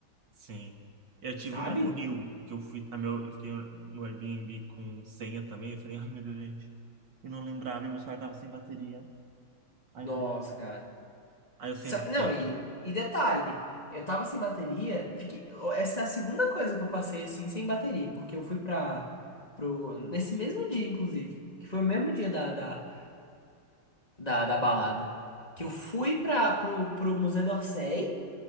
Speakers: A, on the right; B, on the left.
A: Sim. Eu tive
B: sabe?
A: uma no Rio, que eu fui, a meu, eu fiquei no Airbnb com senha também. Eu falei, ai meu Deus, gente, eu não lembrava, e meu celular tava sem bateria. Aí
B: Nossa,
A: eu falei,
B: cara.
A: aí eu sentei.
B: Só- não, e, e detalhe, eu tava sem bateria, fiquei, essa é a segunda coisa que eu passei assim sem bateria, porque eu fui pra, pro, nesse mesmo dia, inclusive, que foi o mesmo dia da, da, da, da balada, que eu fui pra, pro, pro Museu d'Orsay,